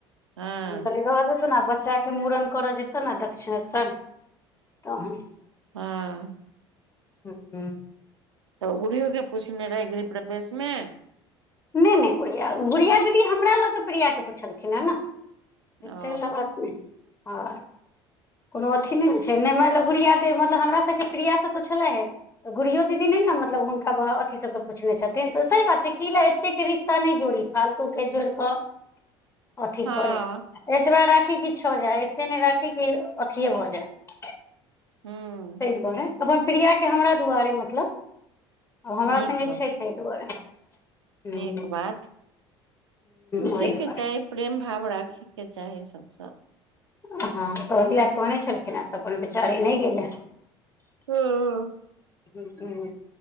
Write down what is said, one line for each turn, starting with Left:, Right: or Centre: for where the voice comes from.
Right: हँ
Left: हम कहलिये रहअ दैथुन आब बच्चा के मूड़न करऽ जेतौ ने दक्षिश्वर तहन
Right: हँ
Left: तखन
Right: तऽ गुरयो के पूछने रहे गृह प्रवेश में
Left: नहि नहि गुड़िया गुड़िया दीदी हमरा लगके प्रिया के पुछलखिन हे ने
Right: ओ
Left: तेल लगात नहि हँ कोनो अथी नहि छै नहि मतलब गुड़िया दे मतलब हमर सभके प्रियासभ स छलै हे तऽ गुरियो दीदी नहि ने मतलब हुनका अथी सभके पुछने छथिन तऽ सह बात छै की ल कतेक रिश्ता नहि जोड़ी फालतू के जोड़ कऽ अथी
Right: हँ
Left: करे एतबा राखी कि छ जाय एते नहि राखी कि अथिए भऽ जाय
Right: हूँ
Left: ताहि दुआरे अपन प्रियाक के हमरा दुआरे मतलब हमरा
Right: नीक
Left: सङ्गे
Right: बात
Left: छै ताहि दुआरे हूँ
Right: नीक बात पुछि
Left: ओहि
Right: के
Left: दुआरे
Right: छै प्रेम भाव राखैके चाही छैथ सब
Left: हँ तऽ ओहि लए कहने छलखिन हे तऽ अपन बेचारी नहि गेले
Right: हँ
Left: ह ह